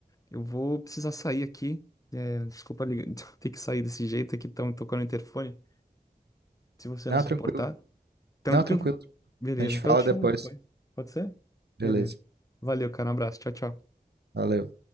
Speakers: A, on the left; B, on the right.
A: Eu vou precisar sair aqui. É, desculpa ligar- <laughs> ter que sair desse jeito aqui, estão tocando o interfone. Se você
B: Não,
A: não se
B: tranquilo.
A: importar, tranquilo?
B: Não, tranquilo.
A: Beleza,
B: A gente
A: então
B: fala
A: eu te
B: depois.
A: chamo depois. Pode ser?
B: Beleza.
A: Beleza. Valeu, cara. Um abraço. Tchau, tchau.
B: Valeu.